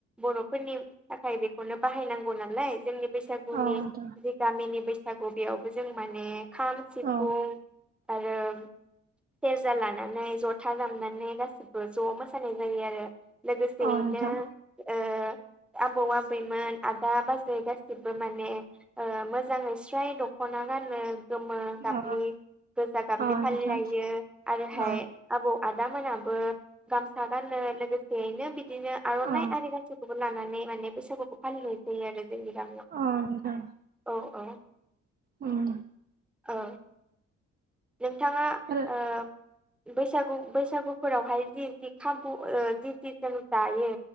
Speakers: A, in the centre; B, on the right.
A: बर'फोरनि थाखाय बेखौनो बाहायनांगौ नालाय जोंनि बे गुनि
B: औ नोंथां
A: जि गामिनि बैसागु बेयावबो जों माने खाम सिफुं
B: औ
A: आरो सेरजा लानानै ज'था दामनानै गासैबो ज' मोसानाय जायो आरो। लोगोसेयैनो
B: औ नोंथां
A: ओ आबौ आबैमोन आदा बाजै गासिबो। माने मोजाङै स्राय दख'ना गानो। गोमो गाबनि
B: अ
A: गोजा गाबनि
B: अ
A: फालिलायो
B: नोंथां
A: आरोहाय
B: अ
A: आबौ- आबै आदा मोनाबो गामसा गानो लोगोसेयैनो बिदिनो आर'नाइ
B: अ
A: आरि गासिखौबो लाना नै माने-माने बैसागुखौ फालिनाय जायो आरो जोंनि गामियाव।
B: अ नोंथां।
A: औ औ
B: उम
A: औ नोंथांङा
B: आरो
A: ओ बैसागु बैसागुफोरावहाय जि- जि खाबु ओ जि- जि जों जायो